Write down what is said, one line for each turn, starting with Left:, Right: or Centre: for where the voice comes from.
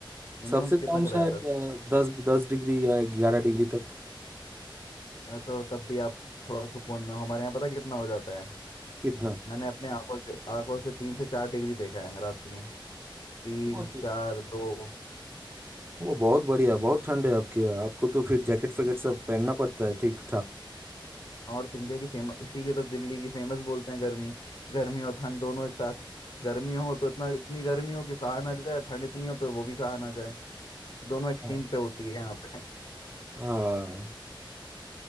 Left: मिनिमम
Right: सबसे
Left: कितना
Right: कम
Left: चला
Right: शायद
Left: जाता
Right: अ, दस दस डिग्री या ग्यारह डिग्री तक
Left: है अ, तो तब भी आप थोड़ा सुकून में हो हमारे यहाँ पता कितना हो जाता है
Right: कितना
Left: मैंने अपने आंखों से आंखों से तीन से चार डिग्री देखा है रात में तीन
Right: वो तो
Left: चार दो
Right: वो बहुत बढ़िया बहुत ठंड है आपके यहाँ आपको तो फिर जैकेट फैकेट सब पहनना पड़ता है ठीक
Left: नॉर्थ इंडिया की फेमस इसीलिए तो दिल्ली की फेमस बोलते हैं गर्मी गर्मी और ठंड दोनों एक साथ गर्मी हो तो इतना इतनी गर्मी हो कि सहा ना जाए ठंड इतनी हो तो वो भी सहा ना जाए दोनों एक्सट्रीम
Right: ठाक
Left: पे होती है यहाँ पे
Right: हाँ